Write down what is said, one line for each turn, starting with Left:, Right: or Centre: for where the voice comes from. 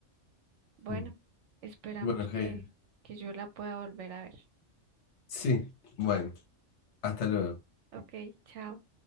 Right: Bueno,
Left: Mm.
Right: esperamos
Left: Bueno, Jair,
Right: que, que yo la pueda volver a ver.
Left: sí, bueno, hasta luego.
Right: Ok, chao.